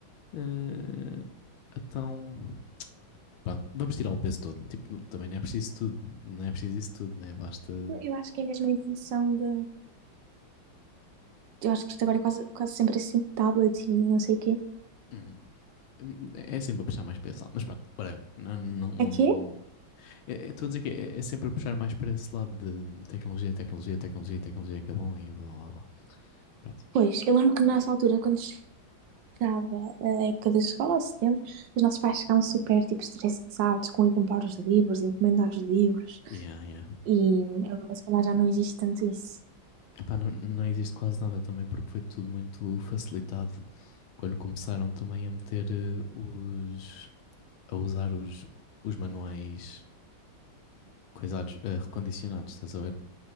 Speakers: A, on the left; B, on the right.
A: Eh, então... Pronto, vamos tirar o peso todo. Tipo, também não é preciso tudo, não é preciso isso tudo, né? Basta.
B: Eu acho que é mesmo a evolução de. Eu acho que isto agora é quase, quase sempre assim, tablet e não sei o quê.
A: Hum, É é sempre a puxar mais para esse lado, mas pronto, whatever. Não, não, não,
B: Aqui?
A: não- É, é- estou a dizer que é, é sempre a puxar mais para esse lado de tecnologia, tecnologia, tecnologia, tecnologia, que é bom e blá blá blá. Pronto.
B: Pois, eu lembro que na nossa altura, quando chegava a época da escola, ao setembro, os nossos pais ficavam super, tipo, estressados com ir comprar os livros, encomendar os livros.
A: Yeah, yeah.
B: E agora, se calhar, já não existe tanto isso.
A: Epá, não, não existe quase nada também porque foi tudo muito facilitado quando começaram também a meter eh, os. a usar os, os manuais coisados, eh, recondicionados, estás a ver?